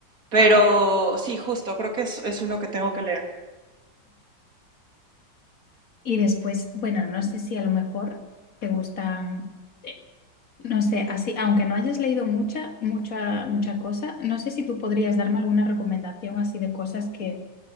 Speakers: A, on the right (about 50°); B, on the left (about 45°).
A: pero sí, justo, creo que es, es uno que tengo que leer.
B: Y después, bueno, no sé si a lo mejor te gustan, eh, no sé, así, aunque no hayas leído mucha, mucha, mucha cosa, no sé si tú podrías darme alguna recomendación así de cosas que